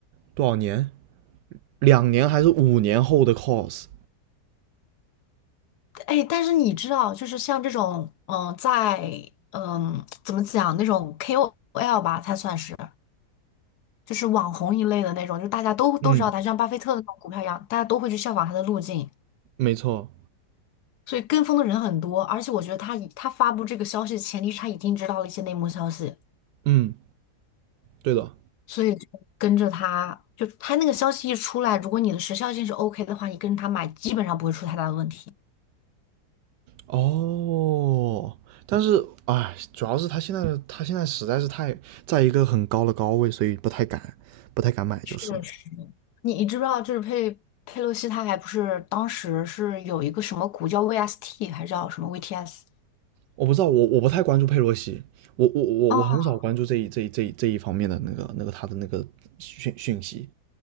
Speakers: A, on the right; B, on the left.
A: 多少年，两年还是五年后的 course。
B: 哎，但是你知道，就是像这种，嗯、在嗯、怎么讲那种 KOL 吧，它算是就是网红一类的那种，就是大家都都知道他，
A: 嗯，
B: 就像巴菲特的那种股票一样，大家都会去效仿他的路径，
A: 没错，
B: 所以跟风的人很多。而且我觉得他以他发布这个消息的前提是他已经知道了一些内幕消息，
A: 嗯，对的。
B: 所以就跟着他，就他那个消息一出来，如果你的时效性是 OK 的话，你跟着他买基本上不会出太大的问题。
A: 哦，但是哎，主要是他现在的他现在实在是太在一个很高的高位，所以不太敢不太敢买就是了。
B: 确你你知不知道，就是佩佩洛西，他还不是当时是有一个什么股叫 VST，还是叫什么 VTS？
A: 我不知道，我我不太关注佩洛西，我我我我很少关注这一这一这一这一方面的那个那个他的那个讯讯息。
B: 哦，